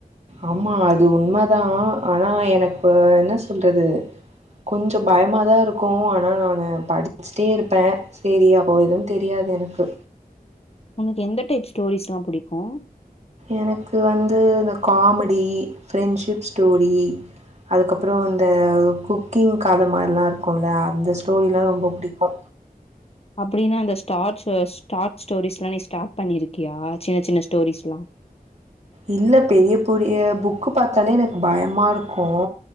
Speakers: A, on the right (about 45°); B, on the left (about 40°).
A: ஆமா அது உண்மதான் ஆனா எனக்கு என்ன சொல்றது கொஞ்ச பயமாதான் இருக்கு ஆனா நான் படிச்சிட்டே இருப்பேன் சேரி அப்போ எதுவும் தெரியாது எனக்கு
B: உனக்கு எந்த டைப் ஸ்டோரிஸ்லாம் புடிக்கும்
A: எனக்கு வந்து இந்த காமெடி ஃப்ரெண்ட்ஷிப் ஸ்டோரி அதுக்கப்புறோ அந்த குக்கிங் கத மாரிலாம் இருக்குல அந்த ஸ்டோரிலாம் ரொம்ப புடிக்கு
B: அப்டின்னா அந்த ஸ்டாச் ஸ்டார்ட்ச் ஸ்டோரிஸ் எல்லாம் நீ ஸ்டார்ட் பண்ணிருக்கியா சின்ன சின்ன ஸ்டோரிஸ்லாம்
A: இல்ல பெரிய பெரிய புக்கு பாத்தாலே எனக்கு பயமா இருக்கு